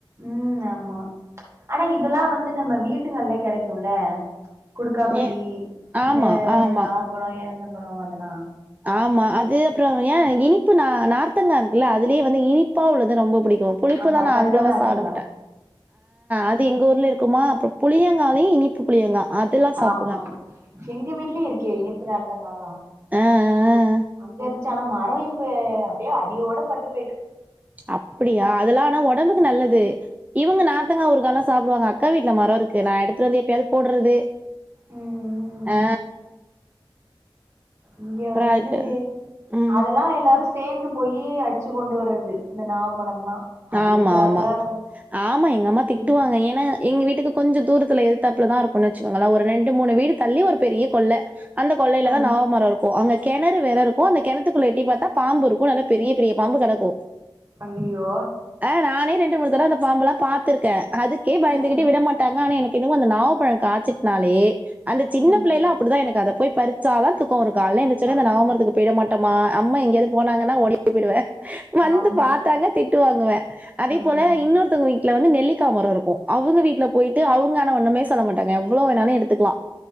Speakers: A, on the right; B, on the right.
A: ம் ஆமா ஆனா இதெல்லா வந்து நம்ம வீடுங்கள்லே கெடைக்கும்ல கொடுக்காப்புளி
B: ஏ
A: இந்த
B: ஆமா, ஆமா,
A: நாவப்பழோ எலந்த பழோ அதெல்லா
B: ஆமா அது அப்றோ ஏயே இனிப்பு நா நார்த்தங்கா இருக்குல்ல அதுலயே வந்து இனிப்பா உள்ளது ரொம்ப புடிக்கு புளிப்புதா
A: ஆமா
B: நா
A: சக்கர
B: அவ்ளவா
A: நார்த்தங்கா
B: சாப்டமாட்டே அது எங்க ஊர்ல இருக் இருக்குமா அப்றோ புளியங்காலையு இனிப்பு புளியங்கா அதெல்லாம் சாப்பிடுவேன்.
A: ஆமா எங்க வீட்லயே இருக்கே இனிப்பு நார்த்தங்காலா
B: அ, அ, அ.
A: அங்க இருந்துச்சி ஆனா மரோ இப்ப அப்டியே அடியோட பட்டு போயிட்டு
B: அப்டியா அதெல்லா ஆனா உடம்புக் நல்லது இவுங்க நார்த்தங்கா ஊருகாலா சாப்டுவாங்க அக்கா வீட்ல மரோ இருக்கு நா எடுத்ட்டு வந்து எப்பயாவது போடுறது
A: ம்
B: ஹே
A: இங்க வந்து
B: அதுக்கு ம்
A: அதெல்லா எல்லாரு சேந்து போயி அடிச்சு கொண்டு வர்றது இந்த நாவப்பழம்லா அது
B: ஆம்மா
A: ஒரு ஜாலியா
B: ஆமா
A: இருக்கு
B: ஆமா எங்க அம்மா
A: கீழ
B: திட்டுவாங்க ஏனா எங்க வீட்டுக் கொஞ்ச தூரத்தில் எகுத்தாப்பல தா இருக்கும்ன்னு வெச்சுக்கோங்ளே ஒரு ரெண்டு மூணு வீடு தள்ளி ஒரு பெரிய கொள்ள அந்த கொள்ளைல
A: ஆ
B: தா நாவமரம் இருக்கு அங்க கெணறு வேற இருக்கு அந்த கெணத்துக்குள்ள எட்டி பார்த்தா பாம்பு இருக்கு நல்லா பெரிய பெரிய பாம்பு கெடக்கு
A: ஐய்யய்யோ
B: ஆ நானே ரெண்டு மூணு தடவ் அந்த பாம்பல்லா பாத்திருக்கே அதுக்கே பயந்துகிட்டு
A: ம்
B: விட மாட்டாங்க ஆனா எனக் இன்னமு அந்த நாவ பழம் காச்சிருந்தாலே அந்த சின்ன
A: ம்
B: பிள்ளைள அப்டிதா எனக்கு அத போய் பறி ச்சாதா துக்கம் வரு காலைல எத்திரிச்சனே உடனே
A: ஆமா
B: அந்த நாவமரத்துக்கு போயிட மாட்டமா அம்மா எங்காவது
A: ம்
B: போனாங்கன்னா ஓடி ப்படுவே வந்து
A: ஆமா
B: பாத்தாங்னா திட்டு வாங்குவே அதே
A: ஆமா
B: போல இன்னொருத்தங்க வீ வீட்ல வந்து நெல்லிக்கா மரம் இருக்கு அவுங்க வீட்ல போய்ட்டு அவுங்க அனா ஒண்ணுமே சொல்ல மாட்டாங்க எவ்ளோ வேணாலு எடுத்துக்லா